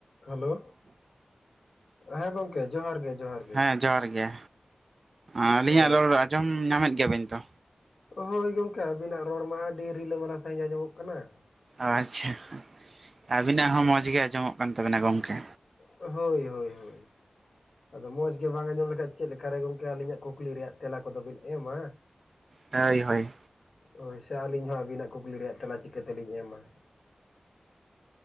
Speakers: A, on the left (about 85°); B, on the right (about 55°).
A: Hello ᱦᱮᱸ ᱜᱚᱝᱠᱮ ᱡᱚᱦᱟᱨ ᱜᱮ ᱡᱚᱦᱟᱨ ᱜᱮ ᱾
B: ᱦᱮᱸ ᱡᱚᱦᱟᱨ ᱜᱮ ᱟᱹᱞᱤᱧᱟᱜ
A: ᱦᱳᱭ
B: ᱨᱚᱲ
A: ᱦᱳᱭ
B: ᱟᱸᱡᱚᱢ ᱧᱟᱢᱮᱫ ᱜᱮᱭᱟᱵᱤᱱ ᱛᱚ?
A: ᱦᱳᱭ ᱜᱚᱝᱠᱮ ᱟᱵᱤᱱᱟᱜ ᱨᱚᱲ ᱢᱟ ᱟᱹᱰᱤ ᱨᱤᱞᱟᱹᱢᱟᱞᱟ ᱥᱟ. ᱦᱤᱪ ᱟᱸᱡᱚᱢᱚᱜ ᱠᱟᱱᱟ ᱾
B: ᱟᱪ-ᱪᱷᱟ ᱟᱹᱵᱤᱱᱟᱜ ᱦᱚᱸ ᱢᱚᱡᱽ ᱜᱮ ᱟᱸᱡᱚᱢᱚᱜ ᱠᱟᱱ ᱛᱟᱵᱮᱱᱟ ᱜᱚᱢᱠᱮ᱾
A: ᱦᱳᱭ ᱦᱳᱭ ᱦᱳᱭ᱾ ᱟᱫᱚ ᱢᱚᱸᱡᱽ ᱜᱮ ᱵᱟᱝ ᱟᱸᱡᱚᱢ ᱞᱮᱠᱷᱟᱡ ᱪᱮᱫ ᱞᱮᱠᱟᱨᱮ ᱜᱚᱢᱠᱮ ᱟᱞᱤᱧᱟᱜ ᱠᱩᱠᱞᱤ ᱨᱮᱭᱟᱜ ᱛᱮᱞᱟ ᱠᱚᱫᱚ ᱵᱤᱱ ᱮᱢᱟ᱾
B: ᱦᱮᱭ ᱦᱳᱭ᱾
A: ᱦᱳᱭ ᱥᱮ ᱟᱞᱤᱧ ᱦᱚᱸ ᱟᱵᱤᱱᱟᱜ ᱠᱩᱠᱞᱤ ᱨᱮᱭᱟᱜ ᱛᱮᱞᱟ ᱪᱤᱠᱟᱹᱛᱮᱞᱤᱧ ᱮᱢᱟ᱾